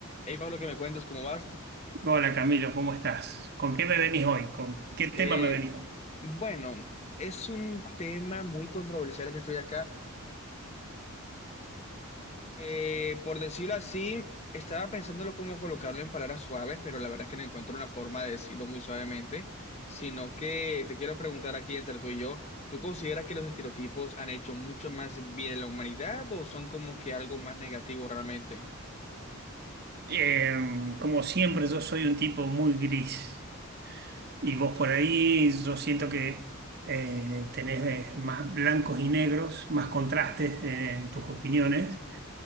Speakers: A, on the left; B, on the right.
A: Hey Pablo, ¿qué me cuentas? ¿Cómo vas?
B: Hola Camilo, ¿cómo estás? ¿Con qué me venís hoy? ¿Con qué tema
A: Eh,
B: me venís hoy?
A: bueno, es un tema muy controversial que estoy acá. Eh, por decirlo así, estaba pensándolo cómo colocarlo en palabras suaves, pero la verdad es que no encuentro una forma de decirlo muy suavemente, sino que te quiero preguntar aquí entre tú y yo, ¿tú consideras que los estereotipos han hecho mucho más bien a la humanidad o son como que algo más negativo realmente?
B: Eh, como siempre, yo soy un tipo muy gris y vos por ahí yo siento que eh, tenés eh, más blancos y negros, más contrastes en tus opiniones